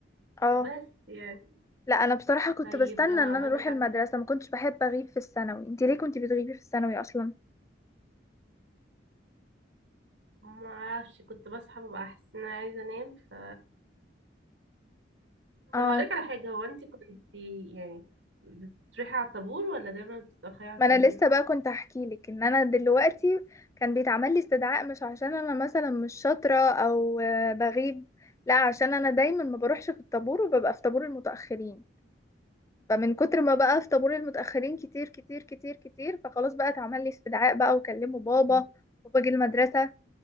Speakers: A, on the left (about 15°); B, on the right (about 70°).
A: اه
B: بس يعني
A: لا انا بصراحة كنت
B: طيب
A: بستنى
B: هقولك
A: ان انا اروح المدرسة
B: على-
A: ما كنتش بحب اغيب في الثانوي انتي ليه كنتي بتغيبي في الثانوي اصلا
B: ما اعرفش كنت بصحى ببقى احس ان انا عايزة انام ف
A: اه
B: طب هقولك على حاجة هو انت كنت يعني بتروحي على الطابور ولا دايما بتتأخري على
A: ما
B: الطابور؟
A: انا لسه بقى كنت احكي لك ان انا دلوقتي كان بيتعمل لي استدعاء مش عشان انا مثلا مش شاطرة او آه، بغيب لا عشان انا دايما ما بروحش في الطابور وببقى في طابور المتأخرين فمن كتر ما بقى في طابور المتأخرين كتير كتير كتير كتير فخلاص بقى اتعمل لي استدعاء بقى وكلموا بابا
B: مم.
A: وباجي المدرسة